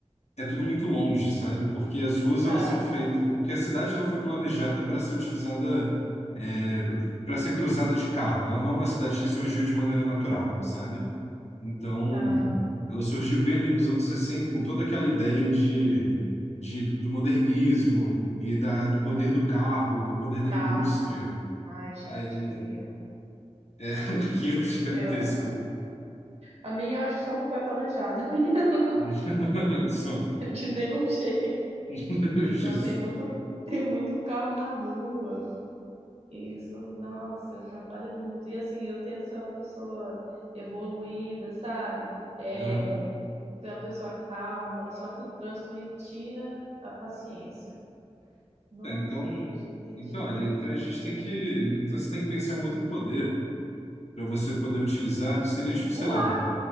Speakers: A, on the left; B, on the right.
A: é tudo muito longe, sabe? Porque as ruas
B: Tá,
A: elas são feitas, porque a cidade ela foi planejada para ser utilizada, é, para ser cruzada de carro. Ela não é uma cidade que surgiu de maneira natural, sabe? Então,
B: tá,
A: ela surgiu bem ali nos anos 60 com toda aquela ideia de, de, do modernismo e da, do poder do carro e poder da
B: tá.
A: indústria.
B: Ai, gente,
A: Aí,
B: que erro.
A: <laughs> que é o gigantesco.
B: Eu, a minha eu acho que só não foi planejada, <laughs>
A: <laughs> Só.
B: de nenhum jeito.
A: <laughs>
B: Então
A: Justo.
B: tem muito, <laughs> tem muito carro na rua. Isso, nossa, atrapalha muito. E assim, eu tento ser uma pessoa evoluída, sabe? É,
A: Aham.
B: ser uma pessoa calma, só que o trânsito me tira a paciência. Nossa,
A: É, então,
B: o trânsito me tira
A: então, olha,
B: muito
A: então
B: a
A: a
B: paciência.
A: gente tem que. Então você tem que pensar em um outro poder para você poder utilizar, que seria, tipo,
B: Voar,
A: sei lá.